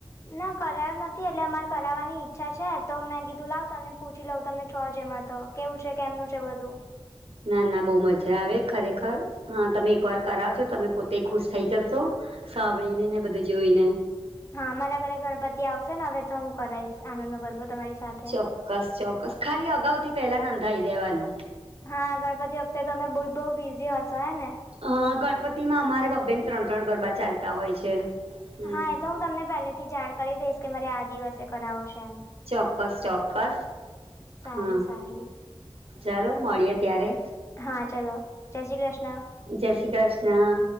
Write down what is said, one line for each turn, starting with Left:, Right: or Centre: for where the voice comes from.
Left: ના કરાયું નથી એટલે અમારે કરાવવાની ઈચ્છા છે તો મેં કીધું લાવ તમને પૂછી લઉં તમે છો જ એમાં તો કેવું છે, કેમનું છે બધું?
Right: ના ના બહુ મજા આવે ખરેખર. હા તમે એક વાર કરાવજો તમે પોતે ખુશ થઈ જશો. સાંભળીને ને બધે જોઈને.
Left: હા અમારા ઘરે ગણપતિ આવશે ને હવે તો હું કરાઈશ. આનંદનો ગરબો તમારી સાથ
Right: ચોક્કસ ચોક્કસ. ખાલી અગાઉથી પેલા નોંધાઈ દેવાનો.
Left: હા ગણપતિ વખતે તમે બહુ બિઝી હશો હે ને?
Right: હ ગણપતિમાં અમારે બબેન ત્રણ ત્રણ ગરબા ચાલતા હોય છે. હમ.
Left: હા એ તો હું તમને પહેલેથી જાણ કરી દઈશ કે મારે આ દિવસે કરાવો છે એમ.
Right: ચોક્કસ ચોક્કસ.
Left: સારું
Right: હા
Left: સારું
Right: ચાલો મળીએે ત્યારે.
Left: હા ચલો. જય શ્રી કૃષ્ણ.
Right: જય શ્રી કૃષ્ણ.